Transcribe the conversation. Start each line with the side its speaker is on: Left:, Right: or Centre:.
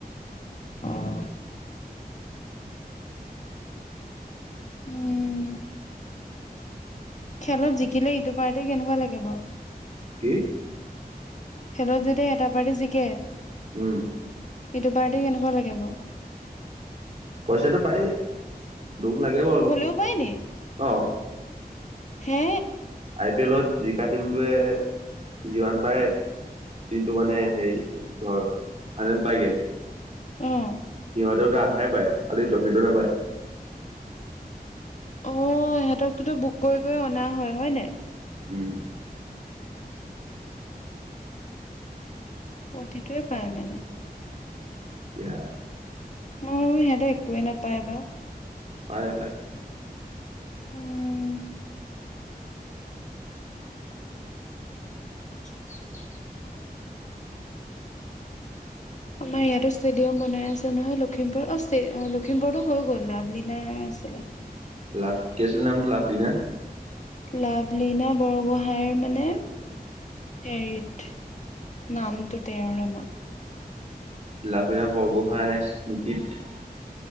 Left: অহ, উম খেলত জিকিলে ইটো পাৰ্ট কেনেকুৱা লাগে বাৰ
Right: কি
Left: খেলত যেতিয়া এটা পাৰি জিকে
Right: উম,
Left: এইটো বাৰ্থডে কেনেকুৱা লাগিব।
Right: পইচাটো পায় দুখ লাগে বাৰু অলপ
Left: হ'লেও পায় নি
Right: অ',
Left: হে
Right: আই পি এলত জিকা টিমটোৱে যিমান পাই দিনটো মানে হেৰি ধৰ ফাইনেল পাইগে।
Left: উম,
Right: সিহঁতেও ত আধাই পায় খালি ট্ৰফিটো নাপায়।
Left: অ' সিহঁতকতো বুক কৰিব অনা হয়-হয় না।
Right: উম,
Left: প্ৰতিটোৱে পায় মানে
Right: ক <unintelligible>
Left: অ সিহঁতে একোৱে নাপায় বা
Right: ব বাই <unintelligible>
Left: উম। <unintelligible> আমাৰ ইয়াতো ষ্টেডিয়াম বনাই আছে নহয় লখিমপুৰ অ লখিমপুৰতো হৈ গ'ল লাভলীনা ছিলে
Right: লাফ কেছিল নাম লাফ লিনা
Left: লাভলীনা বৰগোহাঁইৰ হাইৰ মানে হেৰি ট নামটো তেৰৰে মন
Right: লাভলীনা বৰগোহাঁইৰ স্মৃতিত